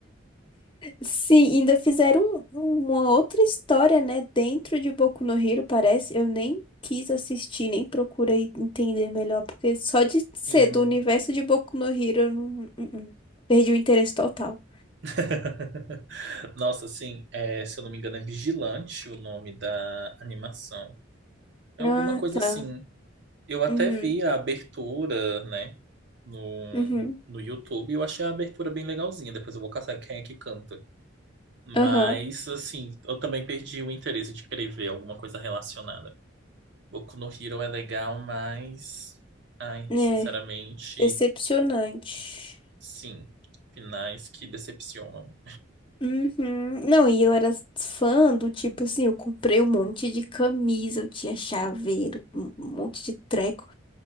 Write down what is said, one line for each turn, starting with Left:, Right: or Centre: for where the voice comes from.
Left: Sim, ainda fizeram um- uma outra história, né, dentro de Boku no Hero, parece. Eu nem quis assistir, nem procurei entender melhor, porque só de ser
Right: Sim.
Left: do universo de Boku no Hero, eu não, não- não. perdi o interesse total.
Right: <laughs> Nossa, sim, é, se eu não me engano, é Vigilante o nome da animação. É alguma
Left: Ah,
Right: coisa
Left: tá.
Right: assim. Eu até
Left: Uhum,
Right: vi a abertura, né, no,
Left: uhum,
Right: no YouTube. Eu achei a abertura bem legalzinha. Depois eu vou caçar quem é que canta. Mas,
Left: aham.
Right: assim, eu também perdi o interesse de querer ver alguma coisa relacionada. Boku no Hero é legal, mas. Ai,
Left: É,
Right: sinceramente,
Left: decepcionante.
Right: sim. Finais que decepcionam.
Left: Uhum. Não, e eu era fã do tipo assim, eu comprei um monte de camisa, eu tinha chaveiro, um monte de treco.